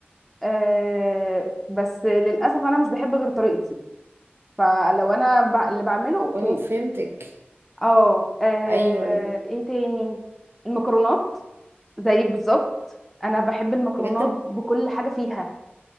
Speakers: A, in the centre; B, on the right (about 65°).
A: آه بس للاسف انا مش بحب غير طريقتي فلو انا ب... اللي بعمله اوكي
B: اه فهمتك
A: اه آه،
B: ايوه ايوه
A: ايه تاني المكرونات زيك بالظبط انا بحب المكرونات
B: بجد
A: بكل حاجه فيها